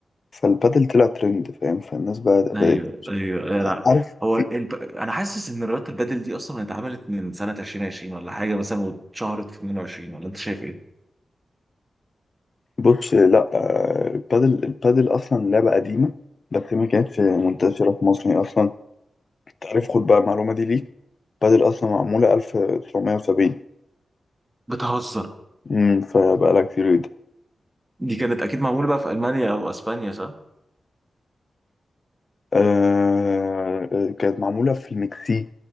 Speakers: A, on the left; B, on the right.
A: فالبادل طلع ترند فاهم فالناس بقى بدأت
B: ايوه ايوه انا
A: عارف
B: هو
A: في
B: الب... انا حاسس ان رياضه البادل دي اصلا اتعملت من سنه 2020 ولا حاجه مثلا واتشهرت في 22 ولا انت شايف ايه؟
A: بص لا آه، البادل البادل اصلا لعبه قديمه بس ما كانتش منتشره
B: أيوة.
A: في مصر هي اصلا تعرف خد بقى المعلومه دي ليك البادل اصلا معموله 1970
B: بتهزر
A: امم فبقى لها كتير جدا
B: دي كانت اكيد معموله بقى في المانيا او اسبانيا
A: آه كانت معموله في المكسيك